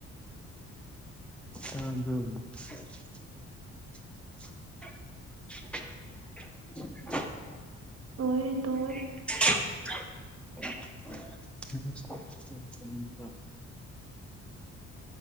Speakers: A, in the centre; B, on the right (about 50°).
A: ꯇꯥꯕ꯭ꯔꫭ <unintelligible> <inaudible>
B: ꯑꯣꯏ ꯌꯦ ꯇꯣ
A: <unintelligible>